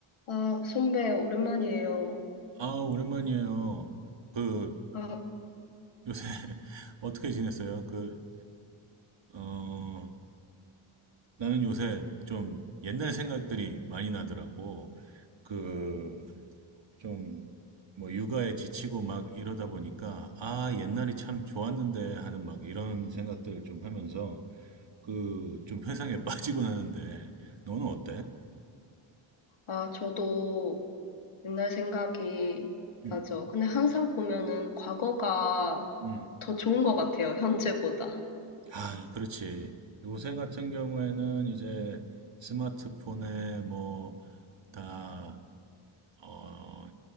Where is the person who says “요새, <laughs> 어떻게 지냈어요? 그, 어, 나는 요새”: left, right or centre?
Right